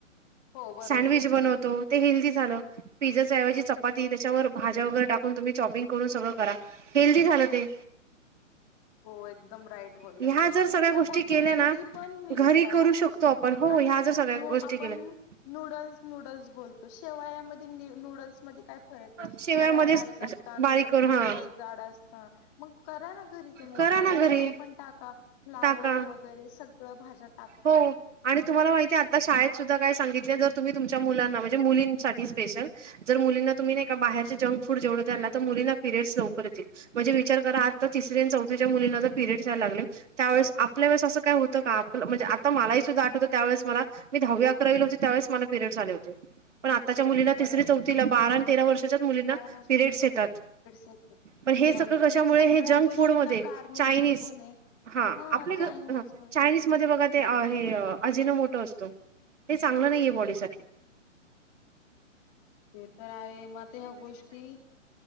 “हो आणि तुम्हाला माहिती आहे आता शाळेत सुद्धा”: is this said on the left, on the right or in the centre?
Right